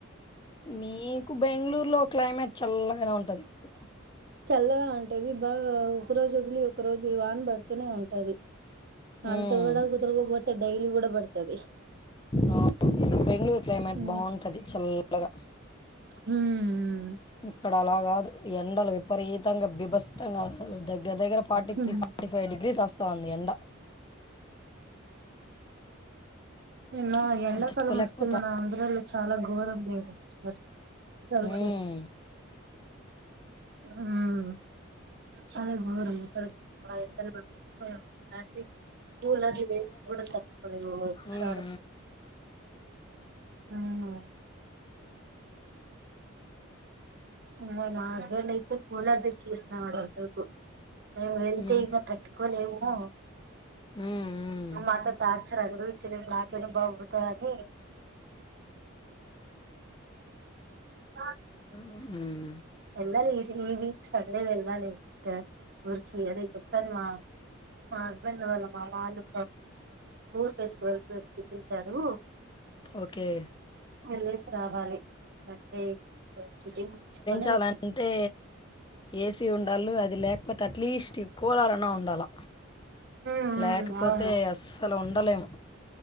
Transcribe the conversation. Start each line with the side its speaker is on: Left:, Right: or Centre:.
Left: మీకు బెంగళూరు లో క్లైమేట్ చల్లగానే ఉంటుంది ఇప్పుడు
Right: చల్లగా ఉంటుది బాగా ఉరోజు జలి ఒక రోజు వాన పడుతూనే ఉంటది అంత
Left: మ్మ్.
Right: కూడా కుతుర్పోతే డైలీ కూడాడ బర్తది
Left: అవును. బెంగళూరు క్లైమేట్
Right: హ
Left: బాగుంటుంది చల్లగా
Right: హ ఆ
Left: ఇక్కడ అలాగాదు ఎండల విపరీత తంగా బిబస్స్తంగా దగ్గ దగ్గర ఫార్
Right: హ్మ్
Left: త్రీ ఫార్టీ ఫవ్ గ్రీస్స్తా చంది ఎంండ
Right: న్న
Left: అస్సలు
Right: ఎండాకాలం
Left: తట్టుకోలేకపోతా
Right: వస్తే మన ఆంధ్రాలో చాలా ఘోరం లేదు సిస్టర్ సలుకి
Left: మ్మ్.
Right: ఉహ్ చాలా గోరం అసలు <unintelligible> కూలర్ ఇది వేసుకున్న తాటుకోలేక పోతునం.
Left: మ్మ్,
Right: సరే ఉహ్ <unintelligible> మా హస్బెండ్ అయితే కూలర్ తెచి ఆసినాడు కాసేపు. మేము వెళ్తే
Left: మ్మ్.
Right: ఇగ తట్టుకోలేమో
Left: మ్మ్, మ్మ్.
Right: మాక్క తాడ్ అసలు అనుభవించింది నాకేమో బా అవుతా అని ఆ <unintelligible>
Left: హమ్
Right: వెళ్ళాలి ఈ వీక్ సండే వెళ్ళాలి సిస్టర్ ఊరికి అదే చెప్పాను, మా మా హస్బెండ్ వాళ్ళ మా వాళ్లు ఊరు ఫెస్టివల్కి పిలిపించాడు
Left: ఓకే
Right: వెళ్ళేసి రావాలి ఏ <unintelligible>
Left: చాలా అంటే ఏసీ ఉన్ డల్ అది లేకపోతే అట్లీస్ట్ కోలాలన్నా ఉండాలి.
Right: ఉమ్
Left: లేకపోతే
Right: అవును
Left: అసలు ఉన్ ఉండలేము